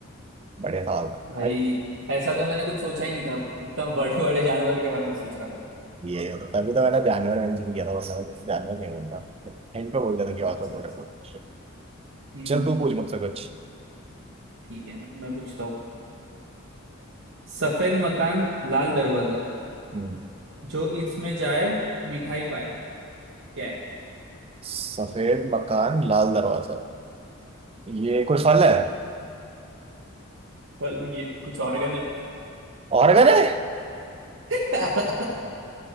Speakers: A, on the right; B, on the right.
A: बढ़िया सवाल था
B: भाई
A: भाई
B: ऐसा तो मैंने कुछ सोचा ही नहीं था इतना बड़े बड़े जानवर के बारे में सोच रहा था
A: ये होता तभी तो मैंने जानवर मेंशन किया था वरना मैं जानवर नहीं बोलता हिंट पे बोल देता कि
B: अच्छा
A: ऑर्थ्रोपोड
B: अच्छा
A: है तो।
B: हम्म
A: चल
B: हम्म,
A: तू
B: हम्म।
A: पूछ मुझसे कुछ
B: ठीक है मैं, मैं पूछता हूँ सफेद मकान लाल दरवाजा
A: हम्म,
B: जो इसमें जाए मिठाई पाए क्या है
A: सफेद मकान लाल दरवाजा ये कोई फल है
B: फल नहीं है कुछ ऑर्गन है
A: ऑर्गन है
B: <laughs>